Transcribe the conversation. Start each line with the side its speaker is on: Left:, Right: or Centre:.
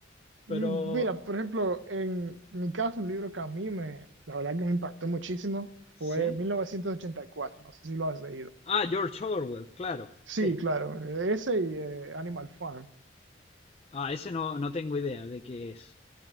Left: pero
Right: Mm, Mira, por ejemplo, en mi caso, un libro que a mí me, la verdad que me impactó muchísimo
Left: sí.
Right: fue 1984, no sé si lo has leído.
Left: Ah, George Orwell, claro,
Right: Sí,
Left: sí.
Right: claro, ese y eh, Animal Farm.
Left: Ah, ese no, no tengo idea de qué es